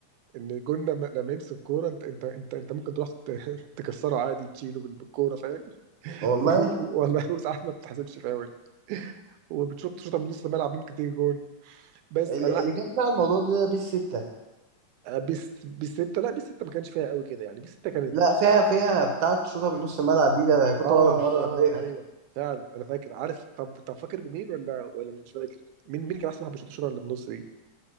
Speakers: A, on the right (about 85°); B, on the right (about 70°).
A: ان الجون لما لما يمسك الكوره انت انت انت انت ممكن تروح ت- <laughs> تكسره عادي تشيله بال- بالكوره فاهم
B: والله
A: <laughs> والله وساعات ما بتحسبش فاول وبتشوط شوطه من نص الملعب ممكن تيجي جون بس
B: اللي
A: انا لا
B: اللي كان بتاع الموضوع ده بيس 6
A: بس بالسته لا بالسته ما كانش فيها قوي كده يعني بالسته كانت
B: لا فيها فيها بتاعة شوطة من نص الملعب دي ده أنا كنت
A: اه
B: بقعد اتمرن
A: اه
B: عليها
A: ايوه فعلا انا فاكر عارف طب طب فاكر بمين ولا ولا مش فاكر مين مين كان احسن واحد بيشوط الشوطه اللي بالنص دي